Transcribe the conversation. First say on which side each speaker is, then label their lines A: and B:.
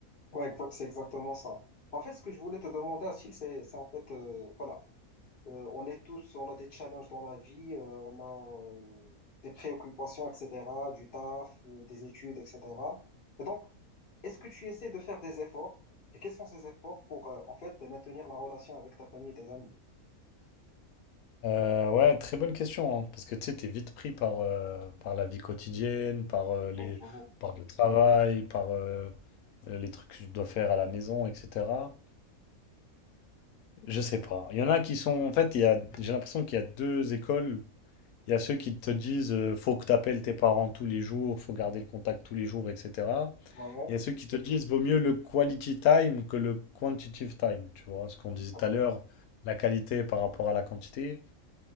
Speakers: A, on the left; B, on the left.
A: Ouais, exa- c'est exactement ça. En fait, ce que je voulais te demander, Achille, c'est c'est en fait, euh, voilà. Euh, on est tous, on a des challenges dans la vie, euh, on a euh, des préoccupations, etc., du taf, euh, des études, etc. Et donc, est-ce que tu essaies de faire des efforts? Et quels sont ces efforts pour, euh, en fait, maintenir la relation avec ta famille et tes amis?
B: Euh, ouais, très bonne question, hein, parce que tu sais, t'es vite pris par, euh, par la vie quotidienne, par, euh,
A: Ouais,
B: les,
A: j'avoue.
B: par le travail, par euh, euh, les trucs que je dois faire à la maison, etc. Je sais pas. Il y en a qui sont, en fait, il y a, j'ai l'impression qu'il y a deux écoles Il y a ceux qui te disent euh, faut que tu appelles tes parents tous les jours, faut garder le contact tous les jours, etc.
A: Ouais,
B: Il y a ceux qui te disent vaut mieux le quality time que le quantitative time, tu vois, ce qu'on disait
A: ah,
B: tout
A: bien
B: à l'heure,
A: sûr.
B: la qualité par rapport à la quantité.